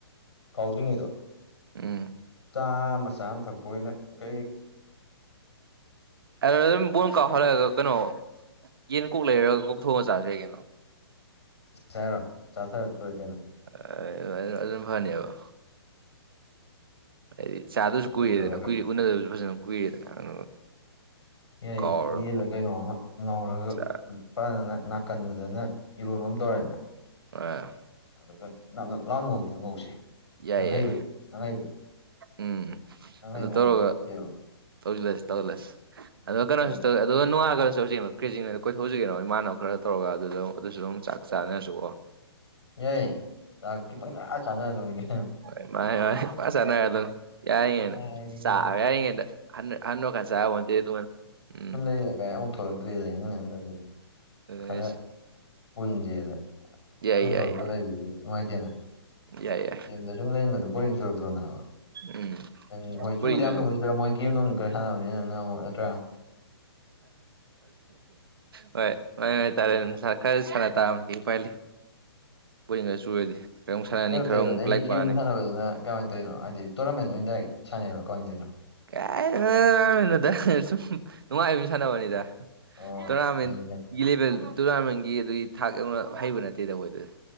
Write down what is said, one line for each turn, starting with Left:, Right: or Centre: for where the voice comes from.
Left: ꯀꯥꯎꯗ꯭ꯔꯤꯉꯩꯗꯣ
Right: ꯎꯝ
Left: ꯆꯥ ꯃꯆꯥꯥ ꯑꯃ ꯊꯛꯄ ꯑꯣꯏꯅ ꯀꯩ ꯑ
Right: ꯑꯗꯨ ꯑꯗꯨꯝ ꯕꯣꯟ ꯀꯥꯎꯞꯍꯜꯂꯛꯑꯒ ꯀꯩꯅꯣ ꯌꯦꯟ ꯀꯣꯛ ꯂꯩꯔꯒ ꯀꯣꯛꯊꯣꯡꯉ ꯆꯥꯖꯔꯤ ꯀꯩꯅꯣ
Left: ꯍꯥꯏꯔꯣ ꯆꯥꯊꯔꯛ ꯂꯣꯏ ꯀꯩꯅꯣ
Right: ꯑ ꯑꯗꯨꯅ ꯐꯅꯤꯕꯣ ꯍꯥꯏꯗꯤ ꯆꯥꯗꯕꯁꯨ
Left: ꯀꯩꯅꯣ
Right: ꯀꯨꯏꯔꯦꯗꯅ
Left: ꯇꯧꯔꯒ
Right: ꯀꯨꯏꯔꯦ ꯎꯅꯗꯕꯁꯨ ꯐꯖꯅ ꯀꯨꯏꯔꯦꯗꯅ
Left: ꯑꯦ
Right: ꯀꯥꯎꯔ
Left: ꯌꯦ ꯀꯩꯅꯣꯝꯃ ꯉꯧꯔꯒ
Right: ꯆꯥ
Left: ꯐꯖꯅ ꯅꯥꯀꯟꯗꯨꯗꯅ ꯏꯔꯣꯟꯕ ꯑꯃ ꯇꯧꯔꯦꯅ
Right: ꯑ
Left: ꯑꯗꯨꯒ ꯅꯅ ꯂꯥꯟ ꯉꯧꯤꯗꯣ ꯉꯧꯁꯦ
Right: ꯌꯥꯏ
Left: ꯅꯪ ꯍꯩꯕꯗꯣ
Right: ꯌꯥꯏ
Left: ꯅꯪ ꯍꯩꯕꯗꯣ
Right: ꯎꯝ ꯎꯝ
Left: ꯅꯪ ꯍꯩꯕ
Right: ꯑꯗꯨ
Left: ꯃꯑꯣꯡꯗ
Right: ꯇꯧꯔꯒ
Left: ꯇꯧꯁꯦꯕ
Right: ꯇꯧꯖꯂꯁ ꯇꯧꯂꯁ
Left: ꯑꯗꯨꯒ
Right: ꯀ ꯑꯗꯨꯅꯒꯂꯧꯁꯤ ꯀ꯭ꯔꯦꯖꯤꯤꯡꯉꯗ ꯀꯣꯏꯊꯣꯛꯁꯤꯒꯦꯅꯣ ꯏꯃꯅꯕ ꯈꯔ ꯇꯧꯔꯒ ꯑꯗꯨ ꯑꯗꯨꯝ ꯑꯗꯨꯁꯨ ꯑꯗꯨꯝ ꯆꯥꯛ ꯆꯥꯅꯔꯁꯨꯀꯣ
Left: ꯌꯥꯏ ꯆꯥꯛ ꯈꯤꯇꯪ ꯆ ꯆꯥꯟꯅꯔꯗꯧꯅꯤꯒꯦ
Right: ꯍ ꯃꯥꯅꯦ ꯃꯥꯁꯅ ꯑꯗꯨ ꯌꯥꯏꯉꯦꯅ
Left: ꯆꯥꯏ ꯀꯩꯅꯣ
Right: ꯆꯥ ꯌꯥꯔꯤꯉꯩꯗ ꯍ ꯍꯟꯅ ꯋꯥꯀꯥꯟ ꯆꯥ ꯍꯟꯗꯦ ꯑꯗꯨ ꯎꯝ
Left: ꯀꯦ ꯂꯩ ꯀꯥꯏ ꯑꯃꯨꯛ ꯊꯣꯛꯂꯛꯇ꯭ꯔꯦꯗ ꯑꯩꯅ ꯅꯪ ꯑꯗꯨꯗꯤ
Right: ꯑꯗꯨꯅꯦ
Left: ꯈꯔ
Right: ꯍꯥꯏꯁꯦ
Left: ꯄꯨꯟꯁꯦꯗ
Right: ꯌꯥꯏ
Left: ꯌꯨꯝ
Right: ꯌꯥꯏ
Left: ꯊꯣꯛꯂꯛꯇꯒ ꯂꯩꯕꯗꯨꯗꯤ ꯅꯨꯡꯉꯥꯏꯇꯦꯅ
Right: ꯌꯥꯏ ꯌꯥꯏ
Left: ꯌꯨꯝꯗ ꯁꯨꯝ ꯂꯩꯟꯕꯗꯨ ꯕꯣꯔꯤꯡ ꯆꯨꯔꯛꯇ꯭ꯔꯣ ꯅꯕ
Right: ꯎꯝ
Left: ꯅꯪ ꯍꯣꯏ ꯆꯨꯕꯗꯤ
Right: ꯄꯨꯔꯤꯗꯨꯗꯅꯤ
Left: ꯌꯥꯝ ꯀ ꯆ ꯃꯣꯏ ꯒꯦꯝꯅꯨꯡꯝꯁꯨ ꯀꯔꯤ ꯁꯥꯟꯅꯕꯅꯤ ꯅꯪꯅ ꯑꯃꯨꯛ ꯅꯠꯇ꯭ꯔꯥ
Right: ꯃꯥꯏ ꯃꯥꯏ ꯇꯥꯔꯦ
Left: ꯑꯗꯨꯅ
Right: ꯁꯥ ꯈꯔ ꯁꯔ ꯇꯥꯕꯅꯤ ꯀꯩ ꯎꯄꯥꯏ ꯂꯩ ꯄꯣꯡꯒ ꯆꯨꯔꯗꯤ ꯈꯔ ꯑꯃꯨꯛ ꯁꯥꯟꯅꯅꯤ
Left: ꯀꯩꯅꯣ
Right: ꯈꯔ
Left: ꯇꯧꯔꯤꯔꯣ
Right: ꯑꯃꯨꯛ
Left: ꯅꯪ
Right: ꯂꯥꯏꯔꯤꯛ
Left: ꯒꯦꯝ
Right: ꯄꯥꯅꯤ
Left: ꯁꯥꯟꯅꯕꯗꯨꯅ ꯀꯃꯥꯏꯅ ꯇꯧꯔꯤꯅꯣ ꯍꯥꯏꯗꯤ ꯇꯣꯔꯅꯥꯃꯦꯟ ꯑꯣꯏꯅ ꯁꯥꯟꯅꯩꯔꯅꯣ ꯀꯃꯥꯏꯅ ꯇꯧꯔꯤꯅꯣ
Right: ꯀꯃꯤꯅꯣꯗ ꯁꯨꯝ ꯅꯨꯡꯉꯥꯏꯕ ꯁꯥꯟꯅꯕꯅꯤꯗ
Left: ꯑꯣ
Right: ꯇꯣꯔꯅꯥꯃꯦꯟꯒꯤ
Left: ꯑꯩ
Right: ꯂꯦꯚꯦꯜ ꯇꯣꯔꯅꯥꯃꯦꯟꯒꯤ ꯑꯗꯨꯒꯤ ꯊꯥꯛ ꯌꯧꯅ ꯍꯩꯕ ꯅꯠꯇꯦꯗꯈꯣꯏꯗ